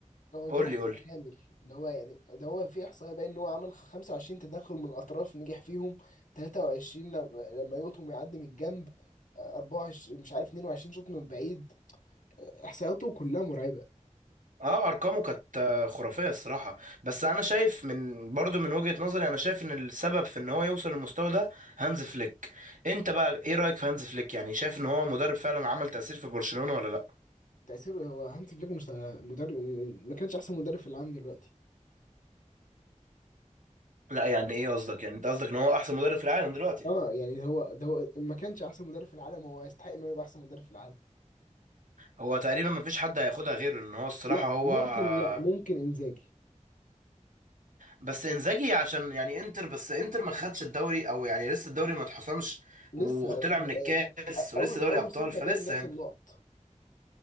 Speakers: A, on the left (about 90°); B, on the right (about 85°).
A: هو
B: قول
A: جناح
B: لي قول
A: متكامل
B: لي
A: اللي هو يعني ده هو في احصائيه باين ان هو عمل 25 تدخل من الاطراف نجح فيهم 23 لما لما يقطم يعدي من الجنب آه، 24 مش عارف 22 شوط من بعيد احصائياته كلها مرعبه
B: اه ارقامه كانت آه، خرافيه الصراحه بس انا شايف من برضو من وجهه نظري انا شايف ان السبب في ان هو يوصل للمستوى ده هانز فليك انت بقى ايه رايك في هانز فليك يعني شايف ان هو مدرب فعلا عمل تاثير في برشلونه ولا لا
A: تاثيره هو هانسي فليك مش مدرب ما كانش احسن مدرب في العالم دلوقتي
B: لا يعني ايه قصدك يعني انت قصدك ان هو احسن مدرب في العالم دلوقتي
A: اه يعني هو ده هو ما كانش احسن مدرب في العالم هو يستحق انه يبقى احسن مدرب في العالم
B: هو تقريبا ما فيش حد هياخدها غيره ان هو الصراحه
A: لا
B: هو
A: ممكن
B: آه،
A: لا ممكن انزاجي
B: بس انزاجي عشان يعني انتر بس انتر ما خدش الدوري او يعني لسه الدوري ما اتحسمش
A: لسه
B: وطلع
A: آه،
B: من الكاس
A: آه،
B: ولسه
A: اول
B: دوري
A: اول
B: ابطال
A: سته
B: فلسه
A: باين نفس
B: يعني
A: النقط